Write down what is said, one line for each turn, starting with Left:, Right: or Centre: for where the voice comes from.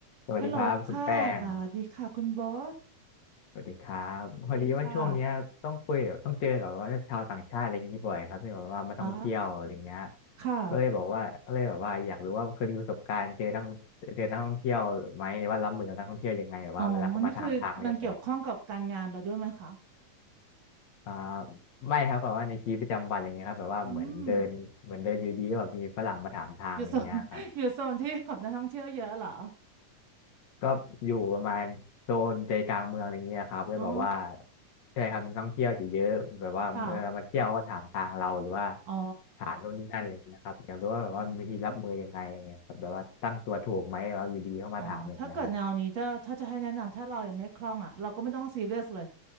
Left: สวัสดีครับคุณแป้ง
Right: ฮัลโหลค่ะสวัสดีค่ะคุณบอส
Left: สวัสดีครับพอดีว่าช่วงเนี้ยต้องคุยกับต้องเจอกับว่าชาวต่างชาติอะไรอย่างนี้บ่อยครับที่แบบว่ามาท่องเที่ยวอะไรเงี้ย
Right: สวัสดีค่ะเหรอค่ะ
Left: ก็เลยบอกว่าก็เลยแบบว่าอยากรู้ว่าเคยมีประสบการณ์เจอนักเจอนักท่องเที่ยวไหมว่ารับมือกับนักท่องเที่ยวยังไงแบบว่าเวลาเขามาถามทางอะไรแบบเนี้ย
Right: อ๋อ นี่คือมันเกี่ยวข้องกับการงานเราด้วยไหมคะ
Left: อ่าไม่ครับแบบว่าในชีวิตประจำวันอะไรเงี้ยครับแบบว่าเหมือนเดินเหมือนเดินอยู่ดีก็แบบมีฝรั่งมาถามทางอะไรเงี้ยครับ
Right: อืม อยู่โซน <laughs> อยู่โซนที่แบบนักท่องเที่ยวเยอะเหรอ
Left: ก็อยู่ประมาณโซนใจกลางเมืองอะไรเงี้ยครับแล้วแบบว่า
Right: อ๋อ
Left: ใช่ครับท่องเที่ยวจะเยอะแบบว่าเวลามาเที่ยวเขาก็ถามทางเราหรือว่า
Right: ค่ะ อ๋อ
Left: ถามโน่นนี่นั่นอะไรเงี้ยครับอยากรู้ว่าแบบว่ามีวิธีรับมือยังไงอะไรเงี้ยครับแบบว่าตั้งตัวถูกไหมแบบว่าอยู่ดีเข้ามาถามอะไรเงี้ยครับ
Right: อืมอ๋อ ถ้าเกิดแนวนี้ถ้าถ้าจะให้แนะนำถ้าเรายังไม่คล่องอ่ะ เราก็ไม่ต้องซีเรียสเลย